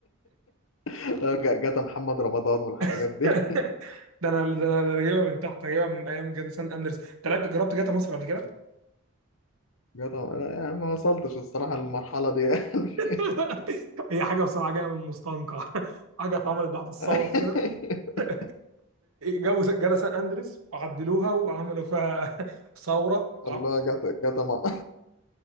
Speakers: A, on the left (about 70°); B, on the right (about 80°).
A: <laughs> آه، ج- جاتا محمد رمضان والحاجات
B: <laughs>
A: دي
B: ده انا ده انا أنا جايبها من تحت جايبها من ايام جاتا سان اندرس انت لعبت جربت جاتا مصر قبل كده؟
A: <laughs> جاتا أنا يعني ما وصلتش الصراحة للمرحلة دي يعني
B: <laughs> هي حاجه بصراحه جايه من المستنقع <laughs> حاجه اتعملت بعد الثوره
A: <laughs>
B: كده <laughs> جابوا جاتا سان اندرس وعدلوها وعملوا فيها <laughs> ثوره
A: الله جاتا جاتا ما